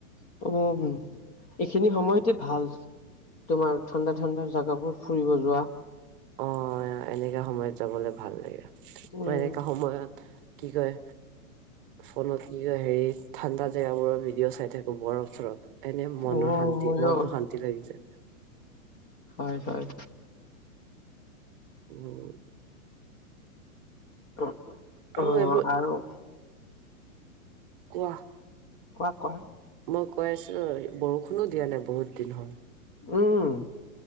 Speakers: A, on the left; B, on the right.
A: <unintelligible> এইখিনি সময়তে ভাল। তোমাৰ ঠাণ্ডা ঠাণ্ডা জাগাবোৰ ফুৰিব যোৱা।
B: অ', এনেকা সময়ত যাবলৈ ভাল লাগে।
A: উম
B: মই এনেকা সময়ত কি কয় ফোনত কি কয় হেৰি ঠাণ্ডা জেগাবোৰৰ ভিডিঅ' চাই থাকো বৰফ চৰফ। এনে মনৰ
A: অ
B: শান্তি,
A: মইয়ো
B: মনটো শান্তি লাগি যায়।
A: হয় হয়।
B: উম।
A: অ',
B: আৰু এইবোৰ
A: আৰু।
B: কোৱা।
A: কোৱা কোৱা
B: মই কৈ আছোঁ বৰষুণো দিয়া নাই বহুত দিন হ'ল।
A: উম।